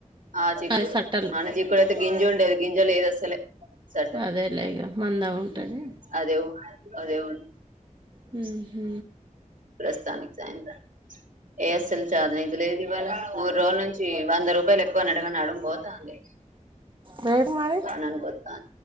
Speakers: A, on the right; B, on the right.
A: ఆ చిక్కుడు
B: అదే సట్టలు
A: మన చిక్కుడు అయితే గింజు ఉండేది గింజ లేదు అసలే సటల్
B: అదేలే ఇగ మందం ఉంటది
A: ఉమ్, అదే ఉ- అదే ఉంది
B: హ హ
A: ప్రస్థానికి సాయంత్రా ఏఎస్ఎల్ చాదనీది లేదు ఇవాళ మూడు రోజుల నుంచి వంద రూపాయలు ఎక్కువ అన్నట్టుగాని అడడం పోతుంది
B: రేపు మరి
A: నన్ గొత్తా